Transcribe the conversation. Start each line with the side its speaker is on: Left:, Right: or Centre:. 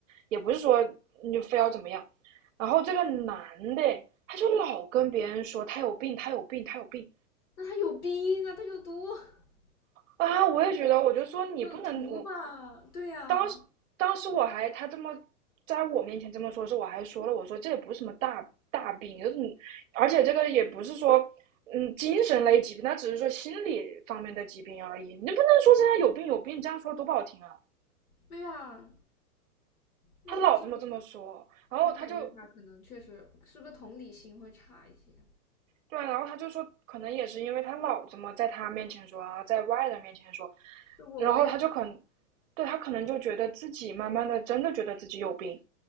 Right: 也不是说你非要怎么样。然后这个男的他就老跟别人说他有病，他有病，他有病，
Left: 那他有病啊，他有毒！<laughs>
Right: 啊，我也觉得，我就说你不能，
Left: 有毒吧？
Right: 我
Left: 对呀，
Right: 当时当时我还他这么在我面前这么说时，我还说了，我说这也不是什么大大病，就是你而且这个也不是说嗯精神类疾病，他只是说心理方面的疾病而已，你不能说现在有病有病，这样说多不好听啊！
Left: 对呀，那他这个，
Right: 他老这么这么说，然后他就
Left: 那感觉他可能确实是不是同理心会差一些？
Right: 对啊，然后他就说，可能也是因为他老这么在他面前说啊，然后在外人面前说，
Left: 是我我也
Right: 然后他就可能对他可能就觉得自己慢慢的真的觉得自己有病。